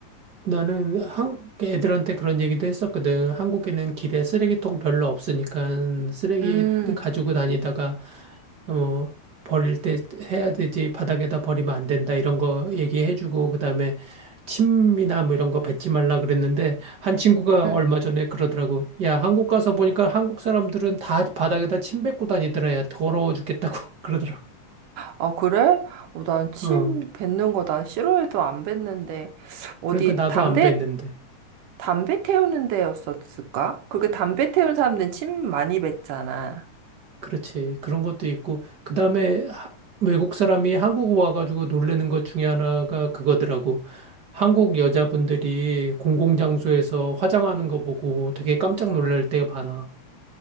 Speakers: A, on the right; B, on the right.
A: 나는 한, 애들한테 그런 얘기도 했었거든. 한국에는 길에 쓰레기통 별로 없으니까 쓰레기
B: 음.
A: 가지고 다니다가 어, 버릴 때 해야 되지, 바닥에다 버리면 안 된다, 이런 거 얘기해주고, 그 다음에 침이나 뭐 이런 거 뱉지 말라 그랬는데, 한 친구가
B: 음.
A: 얼마 전에 그러더라고. 야, 한국 가서 보니까 한국 사람들은 다 바닥에다 침 뱉고 다니더라. 야, 더러워 죽겠다고 <laughs> 그러더라고.
B: 아, 그래? 어, 난침
A: 어.
B: 뱉는 거 난 싫어해도 안 뱉는데 어디
A: 그러니까 나도
B: 담배
A: 안 뱉는데.
B: 담배 태우는 데였었을까? 그렇게 담배 태운 사람들은 침 많이 뱉잖아.
A: 그렇지. 그런 것도 있고, 그 다음에 외국 사람이 한국 와가지고 놀래는 것 중에 하나가 그거더라고. 한국 여자분들이 공공장소에서 화장하는 거 보고 되게 깜짝 놀랄 때가 많아.